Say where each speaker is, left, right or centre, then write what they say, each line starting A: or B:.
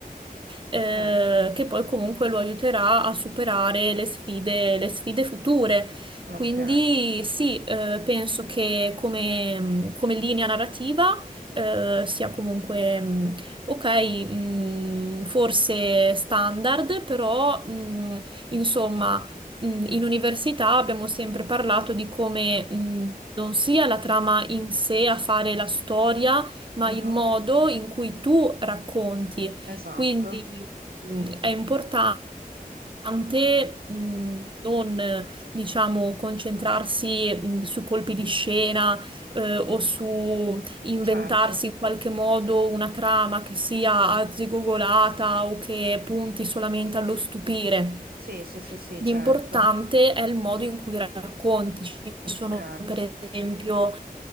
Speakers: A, on the right; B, on the right.
A: eh,
B: certo.
A: che poi comunque lo aiuterà a superare le sfide, le sfide future.
B: Ok.
A: Quindi sì, eh, penso che come, come linea narrativa eh, sia comunque mh, ok, mh, forse standard, però mh, insomma mh, in università abbiamo sempre parlato di come mh, non sia la trama in sé a fare la storia, ma
B: Mhm,
A: il modo in cui tu racconti.
B: Esatto,
A: Quindi mh, è importante mh, non, diciamo, concentrarsi mh, su colpi di scena eh, o su inventarsi
B: certo.
A: in qualche modo una trama che sia arzigogolata o che punti solamente allo stupire.
B: Sì, sì, sì, sì,
A: L'importante
B: certo.
A: è il modo in cui racconti. Ci
B: Ok,
A: sono, per esempio,